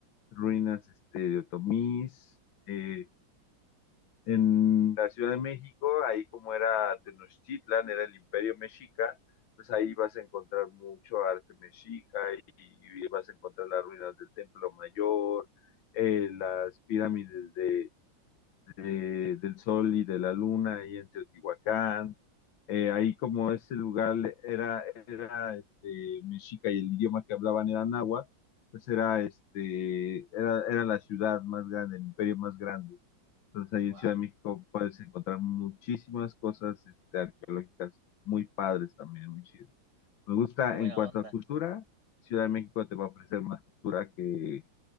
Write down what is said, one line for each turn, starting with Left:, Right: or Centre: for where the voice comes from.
Left: ruinas este, de otomís, eh, en la Ciudad de México, ahí como era Tenochtitlan, era el imperio mexica, pues ahí vas a encontrar mucho arte mexica y, y vas a encontrar las ruinas del Templo Mayor, eh, las pirámides de de- del Sol y de la Luna ahí en Teotihuacán. Eh, ahí como ese lugar era, era este, mexica y el idioma que hablaban era náhuatl, pues era, este, era, era la ciudad más grande, el imperio más grande. Entonces ahí
Right: Wow,
Left: en Ciudad de México puedes encontrar muchísimas cosas este, arqueológicas muy padres también, muy chido. Me gusta
Right: qué buena
Left: en cuanto
Right: onda.
Left: a cultura, Ciudad de México te va a ofrecer más cultura que,